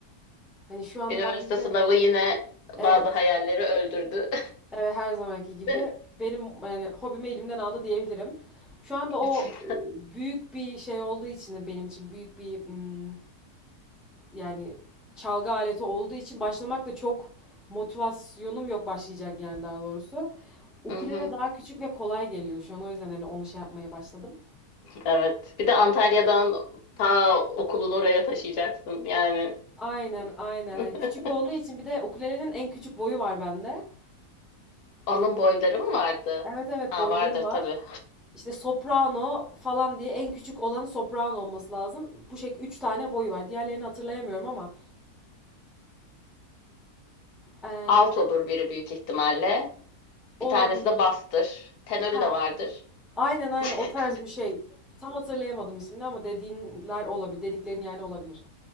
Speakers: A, in the centre; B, on the left.
A: Hani şu anda
B: Üniversite
A: başlayacak.
B: sınavı yine bazı
A: Evet.
B: hayalleri öldürdü.
A: Evet her zamanki gibi
B: <laughs>
A: benim yani hobimi elimden aldı diyebilirim. Şu anda o
B: Gerçekten.
A: e, büyük bir şey olduğu için de benim için büyük bir mm, yani çalgı aleti olduğu için başlamak da çok motivasyonum yok başlayacak yani daha doğrusu. Ukulele
B: Hı hı.
A: daha küçük ve kolay geliyor şu an o yüzden hani onu şey yapmaya başladım.
B: Evet. Bir de Antalya'dan ta okulunu oraya taşıyacaksın yani.
A: Aynen aynen
B: <laughs>
A: hani küçük olduğu için bir de ukulelenin en küçük boyu var bende.
B: Onun
A: Ee,
B: boyları mı vardı?
A: evet evet
B: Ha
A: boyları
B: vardır
A: var.
B: tabii.
A: İşte soprano falan diye en küçük olanı soprano olması lazım. Bu şekilde 3 tane boyu var. Diğerlerini hatırlayamıyorum ama eee,
B: Alt olur biri büyük ihtimalle.
A: o
B: Bir tanesi
A: olabilir.
B: de bastır. Tenörü
A: Ha,
B: de vardır.
A: aynen aynen
B: <laughs>
A: o tarz bir şey. Tam hatırlayamadım ismini ama dediğinler olabilir. Dediklerin yani olabilir.